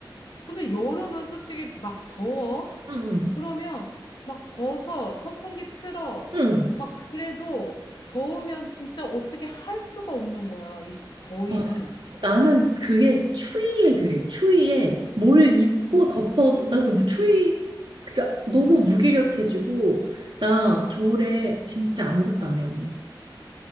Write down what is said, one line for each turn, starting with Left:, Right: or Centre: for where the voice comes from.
Left: 근데 여름은 솔직히 막 더워.
Right: 응, 응,
Left: 그러면 막 벗어, 선풍기 틀어.
Right: 응.
Left: 막 그래도 더우면 진짜 어떻게 할 수가 없는 거야, 이 더위는.
Right: 아, 나는 그게 추위에 그래. 추위에 뭘 입고
Left: 응,
Right: 덮어도, 나 그래서 추위, 그니까 너무 무기력해지고,
Left: 응.
Right: 나
Left: 아,
Right: 겨울에
Left: 응.
Right: 진짜 아무것도
Left: 어,
Right: 안 해, 언니.